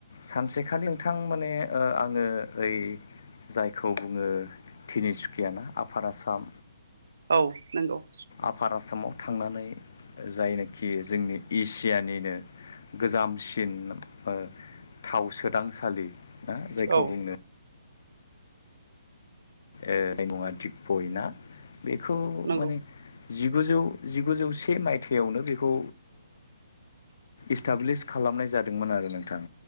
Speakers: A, on the left; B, on the right.
A: सानसे नोंथां माने ओ आङो ओइ जायखौ बुंङो तिनिसु कियाना आफार आसाम
B: औ नंगौ
A: आफार ओ आसामाव थांनानै जायनोखि जोंनि एसियानिनो गोजामसिन ओ थाव सोदांसालि ना जायखौ
B: औ
A: बुङो ओ जायनि मुङा दिपच ना बेखौ
B: नंगौ
A: माने जिगुजौ जिगुजौ से मायथाइयावनो बेखौ इस्टाब्लिस खालामनाय जादोंमोन आरो नोंथां